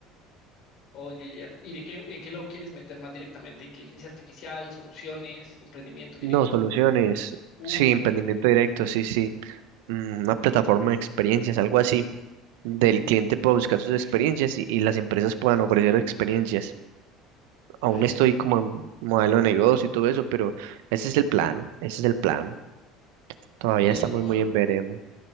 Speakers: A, on the left; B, on the right.
A: oye, ya. ¿Y de qué, en qué lo quieres meter más directamente? ¿Inteligencia artificial, soluciones, emprendimiento directo?
B: No, soluciones,
A: Uy,
B: sí, emprendimiento directo, sí, sí, mm, una plataforma de experiencias, algo así, del cliente pueda buscar sus experiencias y, y las empresas puedan ofrecer experiencias. Aún
A: ya, ya,
B: estoy como en modelo de negocio y todo eso, pero ese es el plan, ese es el plan. Todavía
A: Uy,
B: estamos
A: no,
B: muy
A: hermano.
B: en veremos.